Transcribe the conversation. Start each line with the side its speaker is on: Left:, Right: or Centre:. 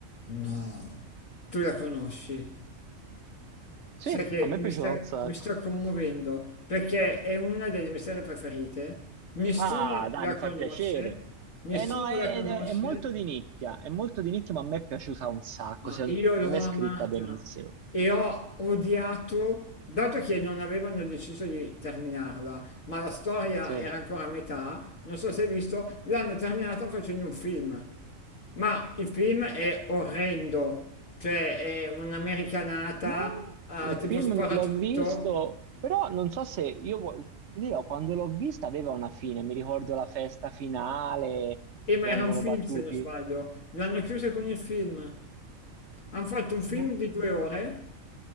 Left: No, tu la conosci.
Right: Sì,
Left: Sai che
Right: a me è
Left: mi
Right: piaciuto
Left: stai-
Right: un sacco.
Left: mi sto commuovendo perché è una delle mie serie preferite. Nessuno
Right: Ah, dai,
Left: la
Right: mi
Left: conosce,
Right: fa piacere.
Left: nessuno
Right: Eh no, è,
Left: la conosce
Right: è- è molto di nicchia, è molto di nicchia, ma a me è piaciuta un sacco,
Left: Ma
Right: secondo
Left: io l'ho
Right: me
Left: amata
Right: è scritta benissimo.
Left: e ho odiato, dato che non avevano deciso di terminarla, ma la storia
Right: Sì.
Left: era ancora a metà, non so se hai visto, l'hanno terminata facendo un film. Ma il film è orrendo, cioè è un'americanata,
Right: No,
Left: ah,
Right: il
Left: tipo
Right: film
Left: sparatutto,
Right: non l'ho visto, però non so se io vo- ti dirò, quando l'ho vista aveva una fine, mi ricordo la festa finale,
Left: e ma
Right: vengono
Left: era un film
Right: battuti.
Left: se non sbaglio, l'hanno chiusa con il film. Hanno fatto un film
Right: No.
Left: di due ore